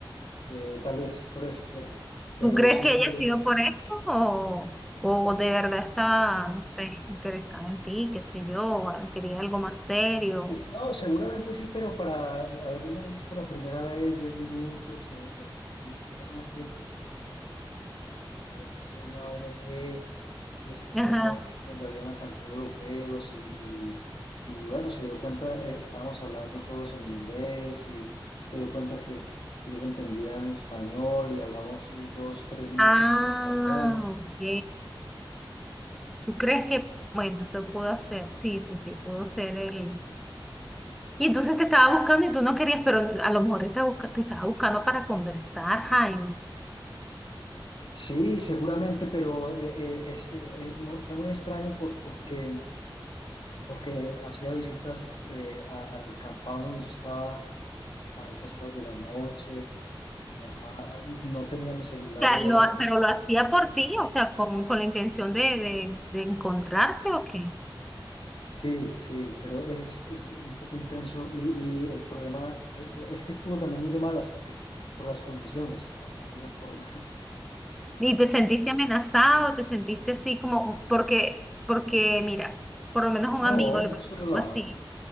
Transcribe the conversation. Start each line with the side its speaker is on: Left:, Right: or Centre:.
Left: Eh, tal vez por eso, ¿cierto? Pero
Centre: ¿Tú crees
Left: sí
Centre: que haya
Left: fue,
Centre: sido por eso o, o de verdad está, no sé, interesada en ti, qué sé yo, o al- quería algo más serio?
Left: Sí, no, seguramente sí, pero para haberme visto la primera vez, 10 minutos, en- en- ni siquiera en una fiesta, sino como en una reunión de una ONG y ese tipo
Centre: Ajá.
Left: de cosas, donde había una cantidad de europeos y, y, y bueno, se dio cuenta, eh, estábamos hablando todos en inglés y se dio cuenta que, que yo le entendía en español y hablamos unos dos, tres minutos
Centre: Ah,
Left: en español.
Centre: ok. ¿Tú crees que, bueno, eso pudo ser? Sí, sí, sí, pudo ser el... Y entonces te estaba buscando y tú no querías, pero a lo mejor te, busca- te estaba buscando para conversar, Jaime. O
Left: Sí, seguramente, pero eh, eh, es, eh, eh, mu- fue muy extraño por, porque... porque hacía visitas eh, a- al campado donde yo estaba a altas horas de la noche, me dejaba- no tenía mi celular,
Centre: sea,
Left: obviamente.
Centre: lo, ha- pero lo hacía por ti, o sea, con, con la intención de, de, de encontrarte o qué.
Left: Sí, sí, pero es, es un poco intenso y, y el problema eh, es que estuvo también muy de malas porque por las condiciones, no, no había forma, <laughs>
Centre: ¿Y
Left: era
Centre: te sentiste
Left: muy difícil.
Centre: amenazado? ¿Te sentiste así como, porque, porque mira, por lo menos un
Left: No,
Centre: amigo le
Left: yo
Centre: pasó
Left: soy relajado,
Centre: algo así,